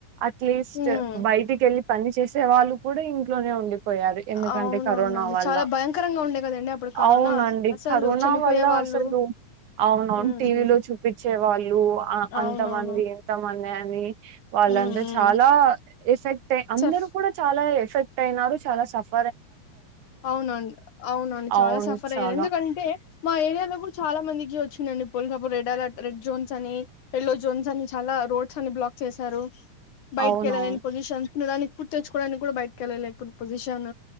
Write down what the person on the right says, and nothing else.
అట్లీస్ట్
బయటికి వెళ్లి పని చేసే వాళ్ళు కూడా ఇంకా లోనే ఉండిపోయారు ఎందుకంటే
కరోనా వల్ల
అవునండి
కరోనా
వల్ల
అసలు అవునవును
టీవీ
లో చూపించే వాళ్ళు అ అంతమంది
ఇంతమంది అదే వాళ్ళందరు
చాలా ఎఫెక్ట్ అందరూ
కూడా చాలా ఎఫె తైనారు చాలా సఫ
అవును.
చాలా.
అవునవును.